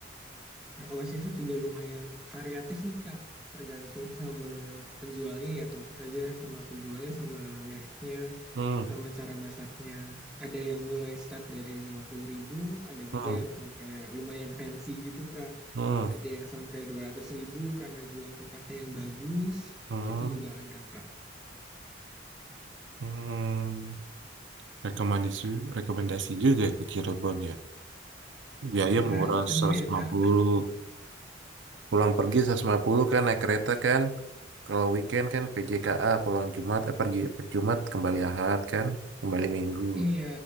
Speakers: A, in the centre; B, on the right (about 85°).
A: Nah, kalau seafood juga lumayan variatif nih, Kak. Tergantung sama penjualnya ya, tentu saja sama penjualnya, sama mereknya,
B: Hmm,
A: sama cara masaknya. Ada yang mulai start dari 50 ribu, ada juga
B: hmm,
A: yang sampai lumayan fancy gitu, Kak.
B: hmm,
A: Ada yang sampai 200 ribu karena jual tempatnya yang bagus.
B: hmm,
A: Itu juga ada, Kak.
B: hmm. Rekomendasi, rekomendasi juga ya ke Cirebon ya. Biaya
A: Iya,
B: murah
A: ditunggu
B: seratus
A: ya,
B: lima
A: Kak.
B: puluh. Pulang pergi 150 kan naik kereta kan. Kalau weekend kan PJKA pulang Jumat, eh pergi per Jumat kembali Ahad kan, kembali Minggu.
A: Iya,